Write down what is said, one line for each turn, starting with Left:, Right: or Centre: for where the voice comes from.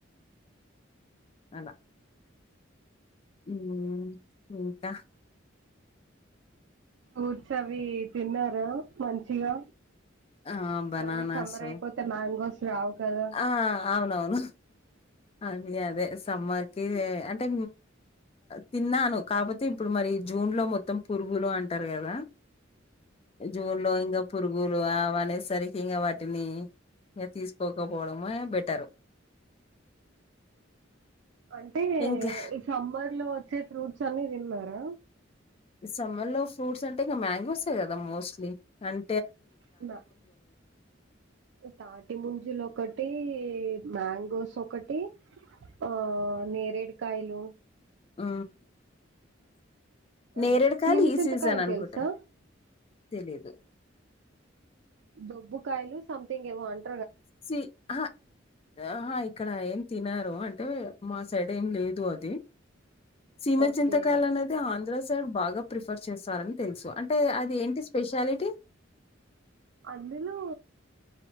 Left: అలా మ్ ఇంకా
Right: వూడ్స్ అవి తిన్నారా మంచిగా
Left: ఆ బనానాస్
Right: మళ్ళీ సమ్మర్ అయిపోతే మ్యాంగోస్ రావు కదా
Left: ఆ అవునవును అది అదే సమ్మర్ కి అంటే తిన్నాను కాకపోతే ఇప్పుడు మరి జూన్లో మొత్తం పురుగులు అంటారు కదా. జూన్లో ఇంకా పురుగులు అవి అనేసరికి ఇంకా వాటిని ఇకా తీస్క్ తీస్కోకపోవడమే బెటరు
Right: అంటే
Left: ఇంకా
Right: ఈ సమ్మర్లో వచ్చే ఫ్రూట్స్ అన్ని తిన్నారా.
Left: ఈ సమ్మర్లో ఫ్రూట్స్ అంటే ఇగ మ్యాంగోసే కదా మోస్ట్లీ అన్
Right: ఉంబ తాటి ముంజలు ఒకటి మ్యాంగోస్ ఒకటి ఆ నేరేడుకాయలు
Left: ఉ
Right: ఆ
Left: నేరెడుకాయాలు
Right: సీమసింతకాయలు
Left: ఈ సీజన్ అనుకుంటా
Right: తెలుసా
Left: తెలీదు
Right: దొబ్బు కాయలు సంథింగ్ ఏవో అన్
Left: సి హా ఆహా ఇక్కడ ఏం తినరు అంటే మా సైడు ఏం లేదు అది సీమ
Right: ఓకే
Left: చింతకాయలు అనేది ఆంధ్ర సైడ్ బాగా ప్రిఫర్ చేస్తారని తెలుసు అంటే టే అది ఏంటి స్పెషాలిటీ
Right: అందులో